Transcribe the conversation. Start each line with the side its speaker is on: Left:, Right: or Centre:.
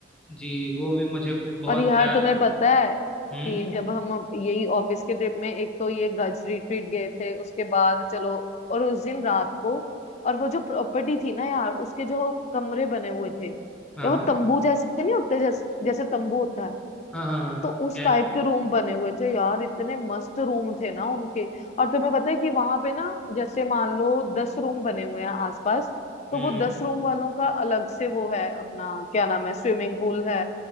Centre: जी वो भी मुझे बहुत
Left: और यार
Centre: याद
Left: तुम्हें
Centre: है
Left: पता है
Centre: हम्म
Left: कि जब हम यही ऑफिस के ट्रिप में एक तो ये गज रिट्रीट गए थे उसके बाद चलो और उस दिन रात को और वो जो प्रॉपर्टी थी ना यार उसके जो कमरे बने हुए थे या
Centre: हाँ
Left: वो तंबू जैसे नहीं होते जैसे जैसे तंबू होता है
Centre: हाँ हाँ हाँ
Left: तो उस
Centre: कैंप
Left: टाइप के रूम बने हुए थे यार इतने मस्त रूम थे ना उनके और तुम्हें पता है कि वहां पे ना जैसे मान लो दस रूम बने हुए हैं आसपास तो
Centre: हम्म
Left: वो दस रूम वालों का अलग से वो है अपना क्या नाम है स्विमिंग पूल है